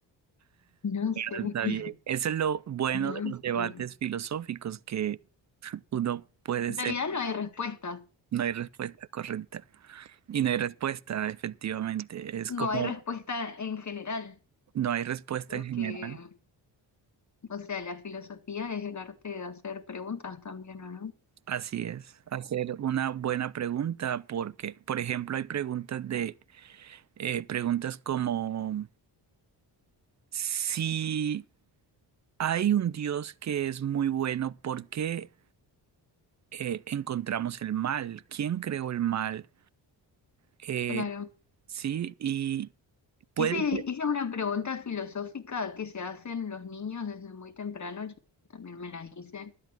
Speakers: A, on the left; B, on the right.
A: No sé,
B: Está
A: <laughs>
B: bien. Eso es lo bueno
A: no
B: de los debates
A: sé.
B: filosóficos, que uno puede
A: En
B: ser
A: realidad no hay respuestas,
B: No hay respuesta correcta. Y no hay respuesta, efectivamente. Es
A: no
B: como
A: hay respuesta en general,
B: no hay respuesta
A: porque
B: en general.
A: O sea, la filosofía es el arte de hacer preguntas también, ¿o no?
B: Así es. Hacer una buena pregunta porque, por ejemplo, hay preguntas de eh, preguntas como si hay un Dios que es muy bueno, ¿por qué eh, encontramos el mal? ¿Quién creó el mal? Eh,
A: Claro.
B: sí, y puede
A: Ese,
B: ser.
A: esa es una pregunta filosófica que se hacen los niños desde muy temprano. Yo también me las hice